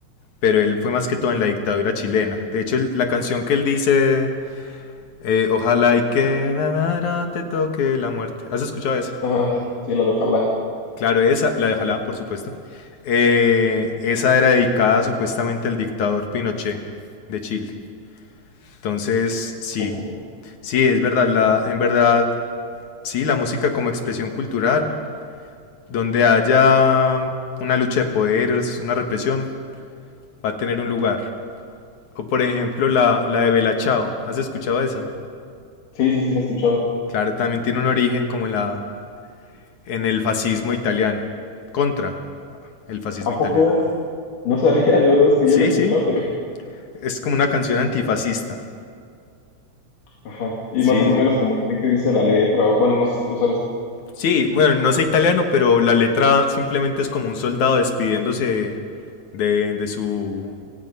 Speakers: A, on the left; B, on the left.
A: pero él fue más que todo en la dictadura chilena. De hecho, él- la canción que él dice, eh, ojalá y que ahora te toque la muerte. ¿Has escuchado esa?
B: Ajá, sí, la de Ojalá.
A: Claro, esa, la de ojalá, por supuesto. Eh, esa era dedicada supuestamente al dictador Pinochet de Chile. Entonces, sí,
B: ¿A poco?
A: sí, es verdad, la, en verdad, sí, la música como expresión cultural donde haya una lucha de poderes, una represión, va a tener un lugar. O por ejemplo la, la de Bella Ciao. ¿Has escuchado esa?
B: Sí, sí, sí, la he escuchado.
A: Claro, también tiene un origen como en, la, en el fascismo italiano. Contra el fascismo
B: ¿A
A: italiano.
B: poco? No sabía, de verdad es que
A: Sí,
B: yo la escuchaba,
A: sí.
B: pero...
A: Es como una canción antifascista.
B: Ajá. Y
A: Sí,
B: más o menos
A: sí.
B: como que qué dice la letra, o bueno, no sé si tú sabes.
A: Sí, bueno, no sé italiano, pero la letra simplemente es como un soldado despidiéndose de, de su,